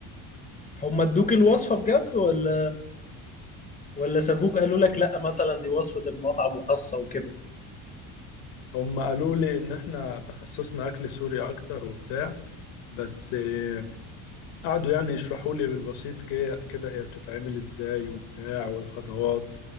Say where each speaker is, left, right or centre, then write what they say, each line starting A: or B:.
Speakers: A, on the left; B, on the left.
A: هم ادوك الوصفة بجد ولا ولا سابوك قالوا لك لا مثلا دي وصفة المطعم وخاصة وكده
B: هم قالوا لي إن إحنا تخصصنا أكل سوري أكتر وبتاع بس آه، قعدوا يعني يشرحوا لي بالبسيط كي- كده هي بتتعمل إزاي وبتاع والخطوات